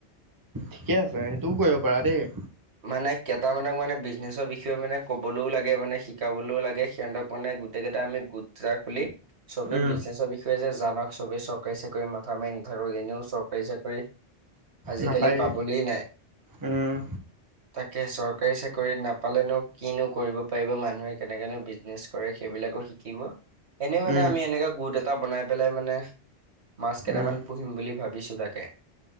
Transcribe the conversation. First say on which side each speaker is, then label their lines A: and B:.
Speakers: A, on the right (about 20°); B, on the right (about 70°).
A: ঠিকে আছে হেতু কৰিব কৰা দেই
B: মানে কেইটামানক মানে বিজনেছৰ বিষয়ে মানে ক'বলৈও লাগে মানে শিকাবলৈও লাগে সিহঁতক মানে গোটেই কেইটা আমি গোটটা খুলি চবেই
A: উম,
B: বিজনেছৰ বিষয়ে যে জানক চবেই চৰকাৰী চাকৰি মাথা মাৰি নাথাকো এনেও চৰকাৰী চাকৰি আজিকালি
A: নাপায়েই
B: পাবলৈ নাই
A: উম,
B: তাকে চৰকাৰী চাকৰিত নাপ পালেনো কিনো কৰিব পাৰিব মানুহে কেনেকনো বিজনেচ কৰে সেইবিলাকো শিকিব এনে মানে
A: উম,
B: আমি এনেকা গোট এটা বনাই পেলাই মানে মাছ কেইটামান
A: উম,
B: পুহিম বুলি ভাবিছোঁ তাকে